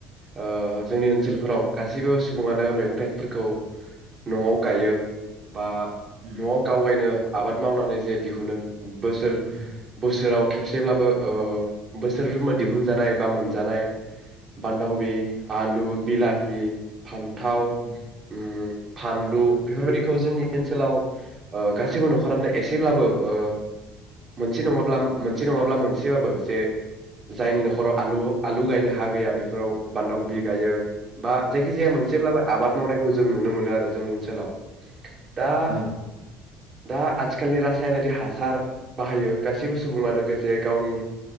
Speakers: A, on the right; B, on the right.
A: ओ जोंनि ओनसोलफोराव गासैबो सुबुङानो मैगं थाइगंफोरखौ न'आव गायो। बा
B: उम
A: नवाव गावगायनो आबाद मावनानै जे दिहुनो बोसोर
B: उम
A: बोसोराव खेबसेब्लाबो ओ बोसोरफ्रोमबो दिहुनजानाय बा मोनजानाय बान्दा खबि, आलु, बिलाहि, फान्थाव
B: उम
A: उम फानलु बेफोरबायदिखौ जोंनि ओनसोलाव ओ गासैबो न'खरानो एसेब्लाबो ओ मोनसे नङाब्ला मोनसे नङाब्ला मोनसेबाबो जे जायनि न'खराव आलु आलु गायनो हा गैया बेफोराव बान्दा खबि गायो बा जायखि जाया मोनसेब्लाबो आबाद मावनायखौ जों नुनो मोनो आरो जोंनि ओनसोलाव। दा
B: औ
A: दा आथिखालनि रासायनारि हासार बाहायो गासैबो सुबुङानो लोगोसे गावनि